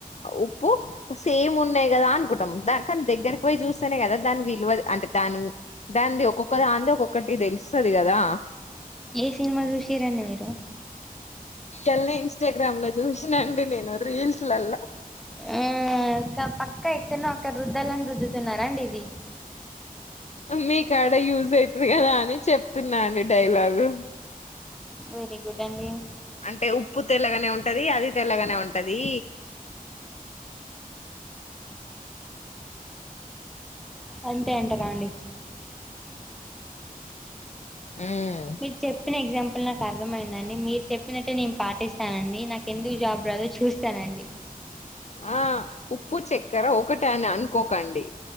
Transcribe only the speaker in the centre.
ఏ సినిమా చూసిర్రు రండి మీరు
హ్ పక్క ఎక్కడనో అక్కడ రుద్దాలని రుద్దుతున్నారా అండి ఇది
వెరీ గుడ్ అండి
అంతే అంటరా అండి
మీకు చెప్పిన ఎగ్జాంపుల్ నాకు అర్థమైందండి మీరు చెప్పినట్టే నేను పాటిస్ స్తానండి నాకు ఎందుకు జాబ్ రాదో చూస్తానండి